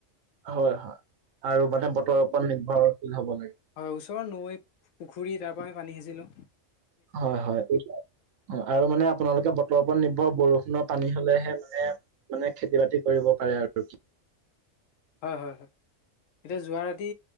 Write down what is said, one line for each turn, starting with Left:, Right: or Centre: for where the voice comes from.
Right: হয়, হয়, আৰু মানে বতৰৰ ওপৰত নিৰ্ভৰশীল হ'ব লাগিব?
Left: হয়, ওচৰৰ নৈ পুখুৰী তাৰ পৰা আমি পানী সিচিলোঁ।
Right: হয়, হয় <unintelligible> অ', আৰু মানে আপোনালোকে বতৰৰ ওপৰত নিৰ্ভৰ বৰষুণৰ পানী হলেহে মানে মানে খেতি বাতি কৰিব পাৰে আৰু কি?
Left: হয়, হয়, হয়, এতিয়া যোৱা ৰাতি